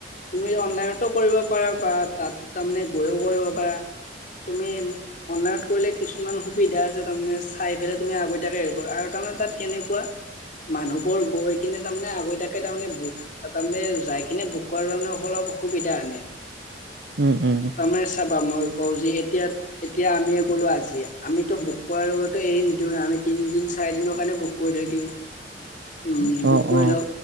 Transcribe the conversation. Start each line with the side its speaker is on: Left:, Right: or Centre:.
Left: তুমি অনলাইনতো কৰিব পাৰা বা তাত তাৰমানে গৈও কৰিব পাৰা। তুমি অনলাইনত কৰিলে কিছুমান সুবিধা আছে তাৰমানে চাই ফেলে তুমি আগতিয়াকে হেৰি কৰ আৰু তাৰমানে তাত কেনেকুৱা মানুহবোৰ গৈ কিনে তাৰমানে আগতিয়াকে তাৰমানে ভোক তাত তাৰমানে যাই কিনে বুক কৰাটো তাৰমানে অলপ অসুবিধা আনে।
Right: উম উম।
Left: তাৰমানে চাবা মই কওঁ যি এতিয়া এতিয়া আমিয়ে গ'লো আজিয়ে। আমিতো বুক কৰাৰ লগতো এৰি নিদিও না আমি তিনিদিন চাৰিদিনৰ কাৰণে বুক কৈ থৈ দিও।
Right: <inaudible>
Left: উম বুক
Right: অ
Left: কৰি
Right: অ
Left: লও।